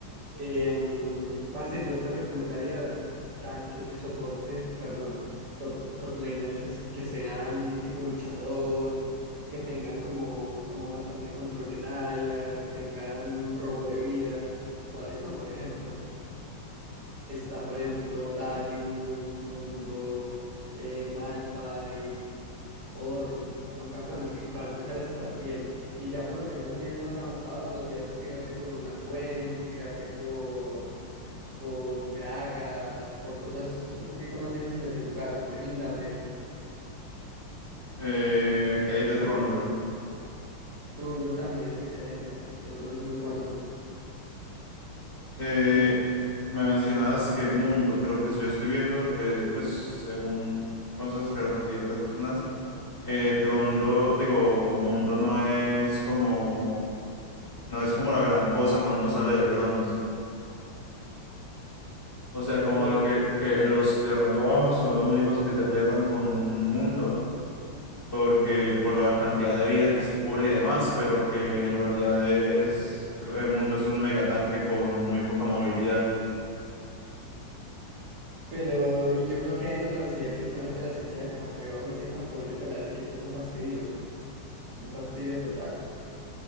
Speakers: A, on the right (about 55°); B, on the left (about 30°).
A: Em, parce, yo te recomendaría tanque, eh, soportes, perdón, top, top laners que, s- que sean tipo luchador, que tengan como, como bastante control en área, que tengan robo de vida. ¿Cuáles son, por ejemplo? Están, por ejemplo, Darius, Mundo, eh, Malphite, Ornn. Son campeones que para empezar están bien. Y ya cuando tengas un nivel más avanzado, podrías tirarte por una Gwen, tirarte por, por un Gragas, por cosas un poquito más difíciles de jugar, un Trindamer.
B: eh, que hay de Trondol.
A: Trundle también es excelente. Trundle es muy bueno.
B: Eh,
A: Trundle-
B: me mencionabas que mundo, pero pues yo estoy viendo, eh, pues según consejos que recibí de otras personas, eh, Trondo, digo, mundo no es como, no es como la gran cosa cuando uno sale de bronce. O sea, como
A: no,
B: de que, que los de rango bajo son los únicos que se aterran con un mundo, porque por la cantidad de vida que se cura y demás, pero que en realidad es, el mundo es un megatanque con muy poca movilidad.
A: pero, y yo creo que ahí es donde reside precisamente la esencia del campeón. Ese campeón en peleas de equipo es un fastidio, un fastidio total.